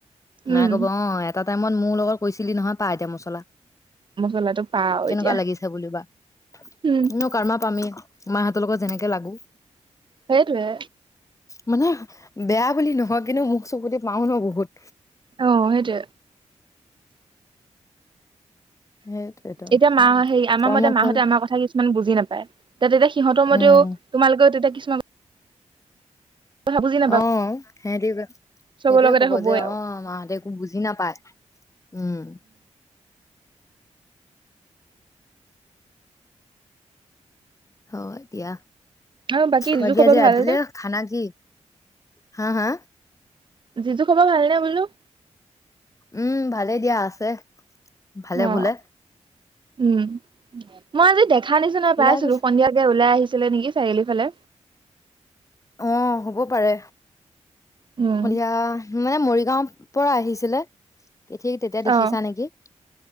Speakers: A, on the right; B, on the left.
A: উম
B: মাই কব অ এটা টাইমত মোৰ লগত কৈছিলি নহয়। পা এতিয়া মছলা।
A: মচলাটো পাও
B: কেনেকুৱা
A: এতিয়া
B: লাগিছে বুলিবা।
A: উম
B: এনেও কাৰৰ্মা পামে। মা ত লগত যেনেকে লাগো।
A: সেইটোয়ে
B: মানে বেয়া বুলি নহয় কিন্তু মোক চকুতে পাও ন বহুত।
A: অ সেইটো
B: সেইটোৱেতো
A: এতিয়া
B: সেয়া
A: মাহ হেৰি আমাৰ
B: কৰ্মফল
A: মতে এতিয়া মাহঁতে আমাৰ কথা কিছুমান বুজি নাপায়। তাত তেতিয়া সিহঁতৰ মতেও
B: উম
A: তোমালোকৰ তেতিয়া কিছুমান কথা বুজি নাপায়
B: অ'হ সিহতে
A: চবৰ
B: সেইটয়ে
A: লগতে
B: কব
A: হ'বই
B: যে
A: আৰু।
B: অ মাহঁতে একো বুজি নাপায়, উম। <inaudible> হয় এ দিয়া,
A: আৰু জিজু
B: বাকী
A: খবৰ
B: আজি ৰাতিলে
A: ভালনে?
B: খানা কি? হা? হা?
A: যিটো খবৰ ভালনে বোলো?
B: উম ভালেই দিয়া, আছে। ভালে
A: অ',
B: বোলে।
A: উম, মই আজি দেখা নিচিনা
B: ওলাই
A: পাইছিলোঁ
B: গৈছে
A: সন্ধিয়াকে ওলাই আহিছোঁ। ছিলে নেকি চাৰিআলি ফালে।
B: অ হ'ব পাৰে।
A: উম,
B: হৈয়া মানে মৰিগাঁও পৰা আহিছিলে। তেতিয়া
A: অ',
B: দেখিছা নেকি?